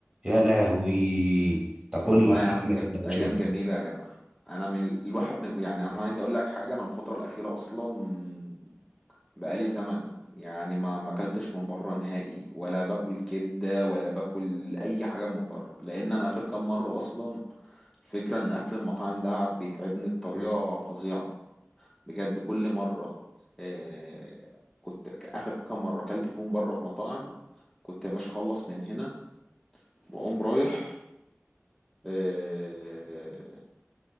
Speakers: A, on the right; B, in the centre.
A: يا لهوي تاكل
B: والله
A: لك
B: يا عم
A: أحلى
B: كانت
A: سندوتشين
B: ايام
A: بكرة.
B: جميله يا جدع انا من الواحد من يعني انا عايز اقول لك حاجه انا الفتره الاخيره اصلا بقالي زمن يعني ما ما اكلتش من بره نهائي ولا باكل كبده ولا باكل اي حاجه من بره لان انا اخر كام مره اصلا الفكره ان اكل المطاعم ده قعد بيتعبني بطريقه فظيعه بجد كل مره آه كنت ك- اخر كام مره اكلت فيهم بره في مطاعم كنت يا باشا اخلص من هنا واقوم رايح آه آه